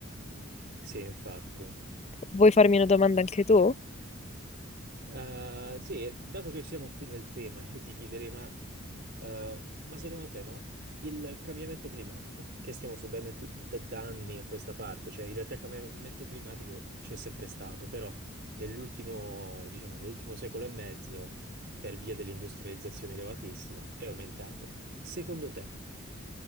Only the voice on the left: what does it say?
Vuoi farmi una domanda anche tu?